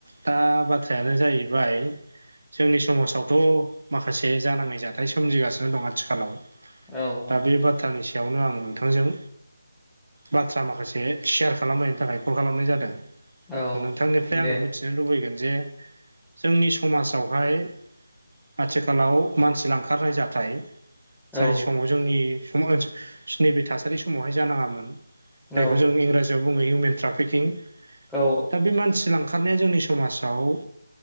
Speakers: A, on the right; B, in the centre.
A: दा बाथ्रायानो जाहैबाय जोंनि समाजावथ' माखासे जानाङै जाथाय सोमजिगासिनो दं आथिखालाव
B: औ
A: दा
B: औ
A: बे बाथ्रानि सा यावनो आं नोंथांजों बाथ्रा माखासे सेयार खालामलायनो थाखाय कल खालामनाय जादों
B: औ
A: नोंथांनिफ्राय
B: दे
A: आङो मिथि नो लुबैगोन जे जोंनि समाजावहाय आथिखालाव मानसि लांखारनाय जाथाय
B: औ
A: जाय समाव जोंनि सम ओ नैबे थासारि समावहाय जानाङामोन
B: औ
A: जायखौ जों इंराजियाव बुङो हिउमेन ट्राफिकिं
B: औ
A: दा बे मानसि लांखा खारनाया जोंनि समाजाव